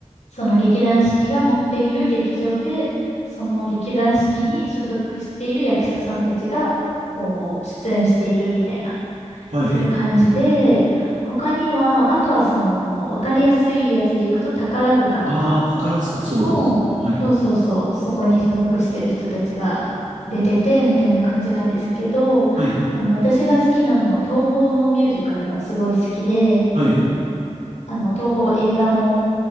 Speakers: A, on the left; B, on the right.
A: その劇団四季が持っている劇場で、その劇団四季に所属している役者さんたちが、こう、出演しているみたいな。
B: はい。
A: そういう感じで、他には、あとはその、わかりやすいやつでいくと宝塚とか
B: ああ、宝塚、そうですよね。
A: も、
B: はい。
A: そうそうそう、そこに所属してる人たちが出てて、みたいな感じなんですけど、
B: はい。
A: あの、私が好きなのは、東宝のミュージカルがすごい好きで、
B: はい。
A: あの、東宝映画の、